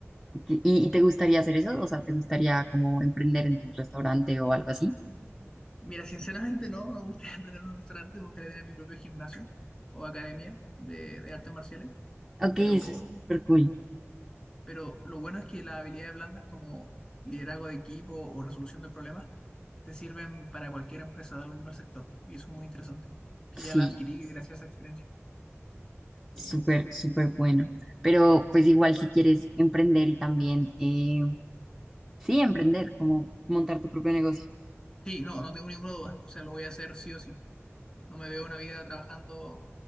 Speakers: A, in the centre; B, on the left.
A: ¿Y, y te gustaría hacer eso? O sea, ¿te gustaría como emprender en tu restaurante o algo así?
B: Mira, sinceramente no, no me gustaría <laughs> emprender un restaurante, me gustaría tener mi propio gimnasio o academia de, de artes marciales,
A: Ok,
B: pero,
A: eso es súper cool.
B: pero lo bueno es que las habilidades blandas como liderazgo de equipo o resolución de problemas te sirven para cualquier empresa, da lo mismo el sector, y eso es muy interesante, que ya
A: Sí,
B: la adquirí gracias a esa experiencia.
A: súper, súper bueno. Pero pues igual si quieres emprender y también, eh, sí, emprender, como montar tu propio negocio.
B: Sí, no, no tengo ninguna duda, o sea, lo voy a hacer sí o sí, no me veo una vida trabajando